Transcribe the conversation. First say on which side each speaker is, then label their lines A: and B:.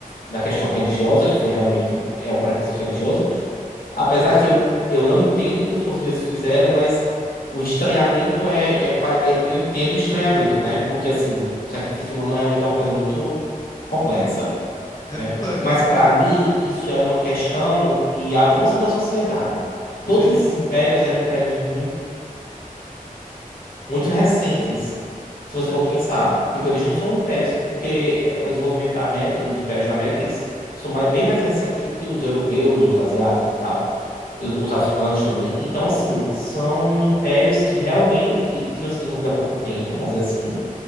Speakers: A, on the left; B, on the left.
A: da questão religiosa, que foi realmente é um preconceito religioso. Apesar que eu, en- eu não entendo o que os portugueses fizeram, mas o estranhamento é, é, pa- é- Eu entendo o estranhamento, né? Porque, assim, sacrifício humano realmente é uma coisa muito complexa,
B: É,
A: né?
B: é complexo,
A: Mas,
B: né?
A: para mim, isso é uma questão de avanço da sociedade. Todos
B: Sim.
A: esses impérios eram impérios muito, muito recentes, se você for pensar. Tipo, eles não são impérios... que- Porque é, o desenvolvimento da América, dos impérios da América, eles são mais- bem mais recentes do que os europeus, os asiáticos e tal. E os os africanos também. Então, assim, são impérios que realmente tinham se desenvolvido há pouco tempo, vamos dizer assim.